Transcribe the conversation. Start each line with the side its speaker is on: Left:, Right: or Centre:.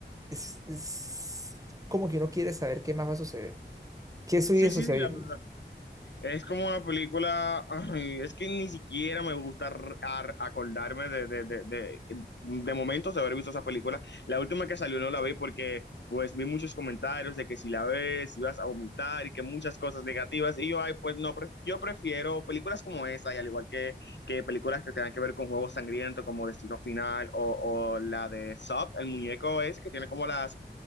Right: es, es como que uno quiere saber qué más va a suceder, qué sigue
Left: Sí,
Right: sucediendo.
Left: sí, sí, la verdad. Es como una película, ay, es que ni siquiera me gusta ar- ar- acordarme de, de, de, de, de momentos de haber visto esa película. La última que salió no la vi porque pues vi muchos comentarios de que si la ves ibas a vomitar y que muchas cosas negativas. Y yo, ay, pues no, pre- yo prefiero películas como esa y al igual que, que películas que tengan que ver con juegos sangrientos como Destino Final o, o la de Sub, el muñeco ese que tiene como las,